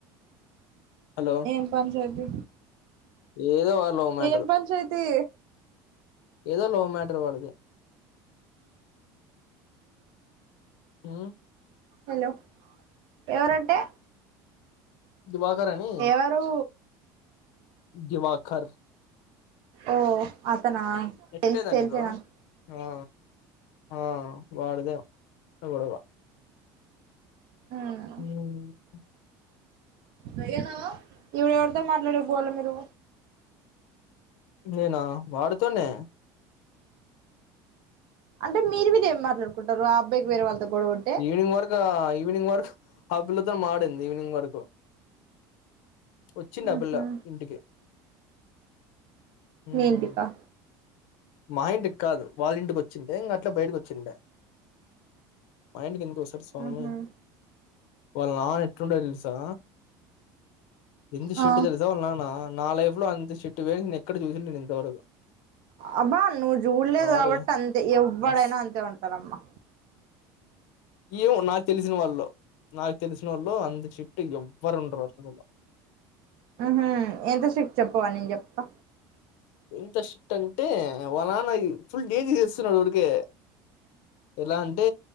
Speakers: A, on the left (about 75°); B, on the right (about 55°).
A: హలో
B: ఏం పంచాయతీ
A: ఏదో వా లవ్ మ్యాటర్
B: ఏం పంచాయతీ
A: ఏదో లవ మాటర్ వాడిది ఆ
B: హలో ఎవరంటే
A: దివాకర్ అని
B: ఎవరు
A: దివాకర్
B: ఓ అతన
A: ఎట్లేదా
B: తెలుసు తెలిసే
A: నీకు
B: నాకు
A: ఆ ఆ వాడిదేమ్ ఆ గొడవ
B: హ్మ్
A: ఊహు
B: వెయనా ఇపుడు ఎవరితో మాట్లాడక పోవాల మీరు
A: ఉద్వేనా వాడితోనే
B: అంటే మీరు మీరు ఏం మాట్లాడుకుంటారు ఆ అబ్బయికి వేరే వాళ్ళతో గొడవపడితే
A: ఈవనింగ్ వర్క ఈవనింగ్ వర్క్ ఆ పిల్లతోని మాడింది ఈవినింగ్ వరకు వచ్చింది
B: ఆహా
A: ఆ పిల్ల ఇంటికి ఉమ్
B: మీంతిపా
A: మా ఇంటికి కాదు వాళ్ళ ఇంటికి వచ్చిండే ఇంకా అట్లా బయటకి వచ్చిండే మా ఇంటికి ఎందుకు గోసెట్ స్వామి
B: ఆహా
A: వాళ్ళ నా ఎట్టుంట తెలుసా ఎందు షెడ్టు
B: ఆ
A: తెలుస వాల నాన్న నా లైఫ్ లో అంత షిట్ గ నేను ఎక్కడ చూసి ఉండను నేను ఇంతవరకు
B: అబ్బా నువ్వు చూడలేదు
A: వారే
B: కాబట్టి అంతే ఎవ్వడైనా
A: అస్
B: అంతే ఉంటారమ్మా
A: ఏమో నాకు తెలిసిన వాళ్ళు నాకు తెలిసినోళ్ళు అంత చిట్టు ఎవ్వరు ఉండరు హాస్టల్ ల
B: ఆహ ఎంత శప్ చెప్పవా నేను చెప్తా
A: ఎంత షిట్ అంటే వాల్ నాన్న ఫుల్ డేకియేస్తున్నడు ఊరికే ఎలా అంటే